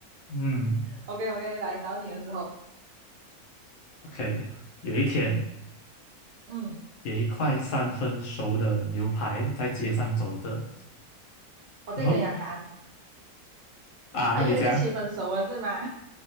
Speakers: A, on the left; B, on the right.
A: 嗯
B: OK OK，来找你的时候，
A: ，OK，有一天，
B: 嗯，
A: 有一块三分熟的牛排在街上走着，
B: 我再跟你讲答案。
A: 然后啊，
B: 他约一个七分熟了是吗？
A: 你讲